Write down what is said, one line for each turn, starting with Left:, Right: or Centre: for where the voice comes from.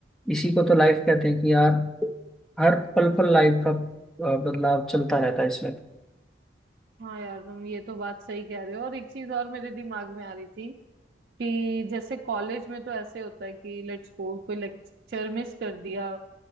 Centre: इसी को तो लाइफ कहते हैं कि यार हर पल पल लाइफ का अ, बदलाव चलता रहता है इसमें
Right: हाँ यार तुम ये तो बात सही कह रहे हो और एक चीज और मेरे दिमाग में आ रही थी कि जैसे कॉलेज में तो ऐसे होता है कि लेट्स सपोज कोई लेक्चर मिस कर दिया